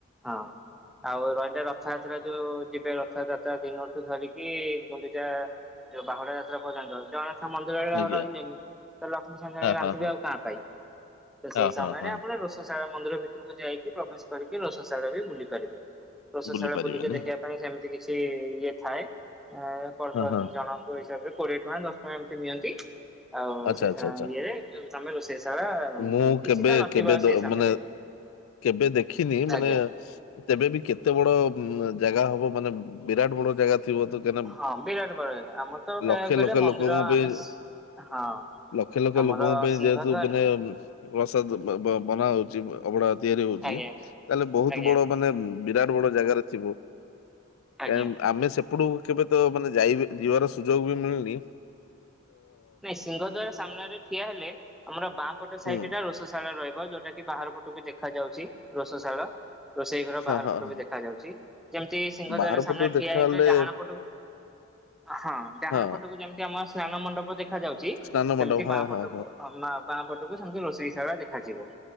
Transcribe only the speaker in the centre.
ହଁ ଆଉ ରହିଲେ ର ଥଯାତ୍ରା ଯୋଉ ଯିବେ। ରଥଯାତ୍ରା ଦିନଠୁ ଧରିକି ଗୁଣ୍ଡିଚା ଯୋଉ ବାହୁଡ଼ା ଯାତ୍ରା ପର୍ଯ୍ୟନ୍ତ। ଯଣ ମନ୍ଦିରରେ
ଆଉ ରହିଲେନି। ତ ଲକ୍ଷ୍ମୀ ସାଆନ୍ତାଣୀ
ରାନ୍ଧିବେ
ଆଉ କାହା ପାଇଁ? ତ
ସେଇ ସମୟରେ
ଆପଣ ରୋଷ ସାଳା ମନ୍ଦିର ଭିତରକୁ ଯାଇକି ପ୍ରବେଶ କରିକି ରୋସସାଳା ବି ବୁଲି ପାରିବେ। ରୋଷସାଳା
ବୁଲିକି ଦେଖିବା ପାଇଁ ସେମି ତି କିଛି ଇଏ ଥାଏ ଆ ପର
ପର୍ସନ
ଜଣକ ହିସାବରେ କୋଡ଼ିଏ ଟଙ୍କା ଦଶ ଟଙ୍କା ଏମିତି ନିଅନ୍ତି। ଆଉ
ସେ
ସ
ଇଏରେ ତମେ ରୋଷେଇସାଳା
ବୁଲି
କିଛି ତ ନଥିବ
ସେଇ ସମୟରେ।
ଆଜ୍ଞା
ହଁ ବିରାଟ ବଡ଼ ଜାଗା ଆମର ତ
କହିବାକୁ ଗଲେ
ମନ୍ଦିର
ଆମେ
ସ ହଁ।
ଆମର
ସିଂହଦ୍ୱାରୁ
ଆଜ୍ଞା
ଆଜ୍ଞା
ଆଜ୍ଞା।
ନାଇଁ ସିଂହଦ୍ଵାର ସାମ୍ନାରେ ଠିଆ ହେଲେ ଆମର ବାଁପଟ
ସାଇଟ୍ ଟା ରୋଷ ଶାଳରେ ରହିବ ଯୋଉଟା କିି ବାହାର ପଟକୁ ଦେଖାଯାଉଛି ରୋସଶାଳ। ରୋଷେଇ ଘର
ବାହାର
ପଟୁ
ବି ଦେଖାଯାଉଛି ଯେମିତି ସିଂହଦ୍ୱାର
ସାମ୍ନାରେ
ଠିଆ ହେଇଗଲେ ଡାହାଣ ପଟୁ ହଁ ଡାହାଣ
ପଟକୁ ଯେମତି ଆମ ସ୍ନାନ ମଣ୍ଡପ ଦେଖା ଯାଉଛି
ସେମିତି
ବାଁ
ପଟକୁ ହଁ ନାଁ ବାଁ ପଟକୁ ସେମିତି ରୋଷେଇସାଳା ଦେଖାଯିବ।